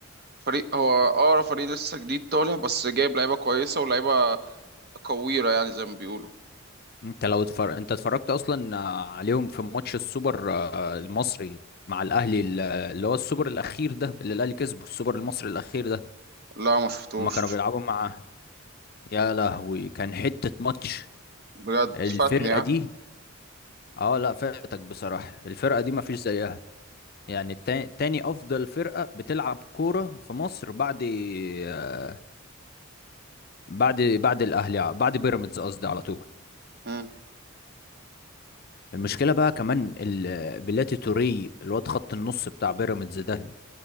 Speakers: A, on the right; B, on the left.
A: فريق هو أقرب فريق لسه جديد طالع بس جايب لعيبة كويسة ولعيبة كويرة يعني زي ما بيقولوا
B: انت لو اتفر... انت اتفرجت اصلا عليهم في ماتش السوبر آه، المصري مع الاهلي ال- اللي هو السوبر الاخير ده اللي الاهلي كسبه السوبر المصري الاخير ده
A: لا ما شفتوش
B: اما كانوا بيلعبوا مع يا لهوي كان حتة ماتش
A: بجد
B: الفرقة
A: فاتني ها
B: دي اه لا فاتك بصراحة الفرقة دي مفيش زيها يعني تا- تاني افضل فرقة بتلعب كورة في مصر بعد آه، بعد بعد الاهلي بعد بيراميدز قصدي على طول
A: مم.
B: المشكلة بقى كمان ال- بلاتي توري الواد خط النص بتاع بيراميدز ده